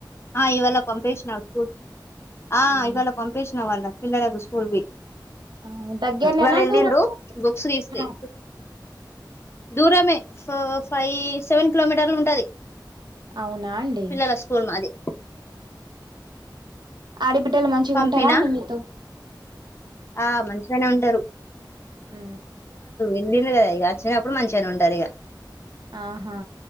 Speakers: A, on the left (about 35°); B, on the right (about 65°).
A: ఆ ఇవాళ పంపేసిన స్కూల్ ఆ
B: అవునా
A: ఇవాళ పంపేసిన వాళ్ళ పిల్లలకు స్కూల్ కి
B: ఆ దగ్గరనేనా
A: వాళ్ళు వెళ్ళిండ్రు
B: దూరం
A: బుక్స్ తీస్తాయి
B: ఆ
A: దూరమే ఫో ఫైవ్ సెవెన్ కిలోమీటర్లు ఉంటది
B: అవునా అండి
A: పిల్లల స్కూల్ మాది
B: ఆ ట్టలు మంచిగా
A: పంపినా
B: ఉంటారా అండి మీతో
A: ఆ మంచిగానే ఉంటారు
B: ఉ
A: వెలింది కదా ఇక వచ్చినప్పుడు మంచిగానే ఉంటాది ఇక
B: ఆహా